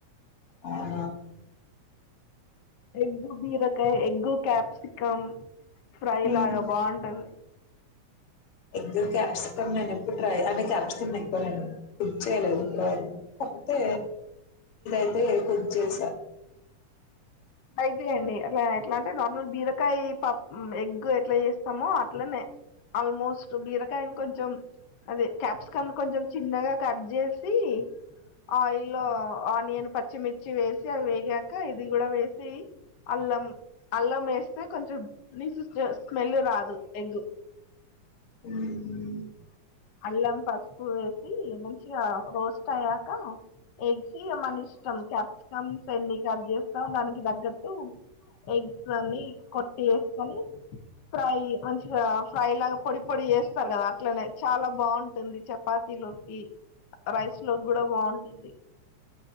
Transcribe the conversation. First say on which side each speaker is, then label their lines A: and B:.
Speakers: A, on the left; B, on the left.
A: అవునా
B: ఎగ్గు బీరకాయ, ఎగ్గు క్యాప్సికమ్. ఫ్రై
A: మ్మ్.
B: లాగా బాగుంటుంది.
A: ఎగ్ క్యాప్సికం నేను ఎప్పుడు ట్రై అంటే క్యాప్సికం ఎక్కువ నేను కుక్ చేయలేదు ఇప్పుడు వరకు, కాపోతే. అదే కుక్ చేస
B: ట్రై చేయండి అట్లా ఎట్లా అంటే నార్మల్ బీరకాయ పప్ ఎగ్ ఎట్లా చేస్తామో అట్లనే ఆల్మోస్ట్, బీరకాయని కొంచెం అదే కాప్సికం కొంచెం చిన్నగా కట్ జెస్ ది ఆయిల్ లో ఆనియన్ పిర్చిమిర్చి వేసి అవి వేగాక ఇది కూడా వేసి, అల్లం అల్లం వేస్తే కొంచెం నీసు జ్ స్మెల్ రాదు ఎగ్గు.
A: ఉమ్
B: అల్లం పసుపు వేసి మంచిగా రోస్ట్ అయ్యాక ఎగ్స్ ఇగ మన ఇష్టం, క్యాప్సికమ్స్ ఎన్ని కట్ చేస్తాం దానికి తగ్గట్టు ఎగ్స్ అన్ని కొట్టి ఏసుకొని, ఫ్రై మంచిగా ఫ్రై లాగా పొడి పొడి చేస్తరు కదా అట్లనే. చాలా బాగుంటుంది చపాతీ లోకి, రైస్ లోకి కూడా బాగుంటుంది.